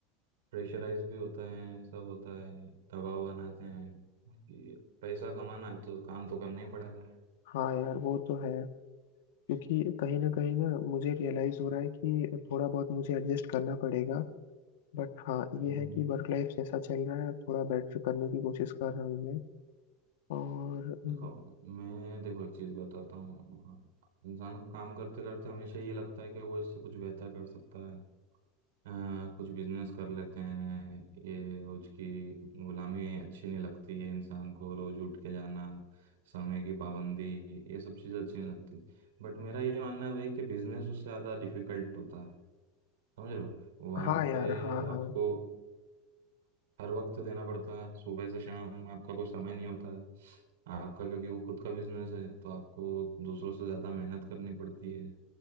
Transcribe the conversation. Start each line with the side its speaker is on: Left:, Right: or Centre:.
Right: प्रेशराइज भी होता है सब होता है दबाव बनाते हैं बाकी पैसा कमाना है तो काम तो करना ही पड़ेगा
Left: हाँ यार वो तो है क्योंकि कहीं ना कहीं ना मुझे रियलाइज़ हो रहा है कि थोड़ा बहुत मुझे एडजस्ट करना पड़ेगा बट हाँ ये
Right: हम्म
Left: है कि वर्क लाइफ जैसा चल रहा है थोड़ा बेटर करने की कोशिश कर रहा हूँ मैं और हम्म,
Right: देखो मैं देखो एक चीज़ बताता हूँ इंसान को काम करते करते हमेशा ये लगता है कि वो इससे कुछ बेहतर कर सकता है अ, कुछ बिजनेस कर लेते हैं ये रोज की गुलामी अच्छी नहीं लगती है इंसान को रोज उठ के जाना समय की पाबंदी ये सब चीज़ें अच्छी नहीं लगती बट मेरा ये मानना है भाई कि बिजनेस उससे ज़्यादा डिफिकल्ट होता है समझ रहे हो वहाँ
Left: हाँ यार
Right: पे
Left: हाँ
Right: आपको
Left: हाँ
Right: हर वक्त देना पड़ता है सुबह से शाम आपका कोई समय नहीं होता है आपका क्योंकि वो खुद का बिजनेस है तो आपको दूसरों से ज़्यादा मेहनत करनी पड़ती है